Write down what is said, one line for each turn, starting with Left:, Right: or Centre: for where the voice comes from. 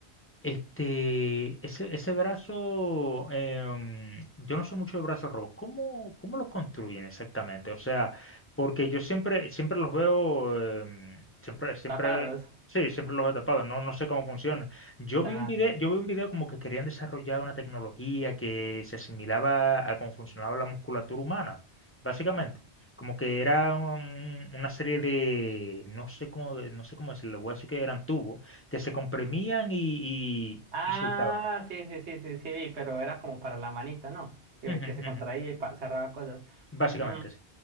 Left: Este, ese, ese brazo, em, yo no sé mucho de brazos robos. ¿Cómo, cómo los construyen exactamente? O sea, porque yo siempre, siempre los veo, em, siempre, siempre,
Right: tapados.
Left: sí, siempre los veo tapados. No, no sé cómo funcionan. Yo
Right: Dale.
Left: vi un video, yo vi un video como que querían desarrollar una tecnología que se asimilaba a cómo funcionaba la musculatura humana, básicamente. Como que era un- una serie de, no sé cómo, de- no sé cómo decirlo, le voy a decir que eran tubos que se comprimían y, y,
Right: Ah,
Left: y soltaban.
Right: sí, sí, sí, sí, sí, pero era como para la manita, ¿no? Que,
Left: Ujú,
Right: que se
Left: ujú.
Right: contraía y pa- cerraba cosas.
Left: Básicamente,
Right: Mm,
Left: sí.